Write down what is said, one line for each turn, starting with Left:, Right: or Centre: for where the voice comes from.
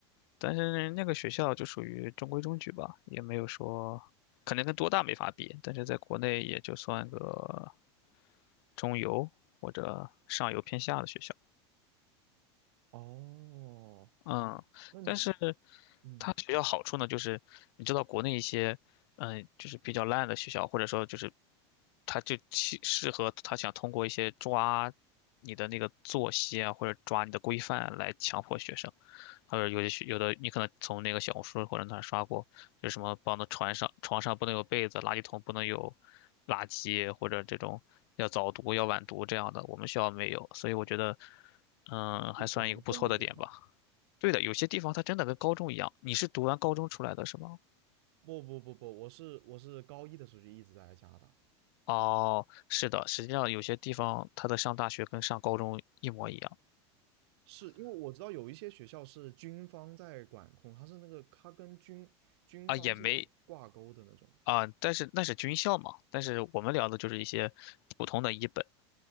Left: 但是那个学校就属于中规中矩吧，也没有说，肯定跟多大没法比，但是在国内也就算个中游或者上游偏下的学校。
Right: 哦，
Left: 嗯，
Right: 那你
Left: 但是
Right: 嗯，
Left: 它学校好处呢，就是你知道国内一些，嗯，就是比较烂的学校，或者说就是他就其适合他想通过一些抓你的那个作息啊，或者抓你的规范来强迫学生。还有有的学有的你可能从那个小红书或者哪儿刷过，就是什么帮的床上床上不能有被子，垃圾桶不能有垃圾，或者这种要早读要晚读这样的，我们学校没有，所以我觉得，嗯，还算一个不错的点吧。
Right: 就管得这么严吗？
Left: 对的，有些地方它真的跟高中一样。你是读完高中出来的是吗？
Right: 不不不不，我是我是高一的时候就一直在加拿大，
Left: 哦，是的，实际上有些地方它的上大学跟上高中一模一样
Right: 是因为我知道有一些学校是军方在管控，它是那个它跟军军方是有挂钩的那种。
Left: 啊，也没啊，但是那是军校嘛。但是我们聊的就是一些普通的一本。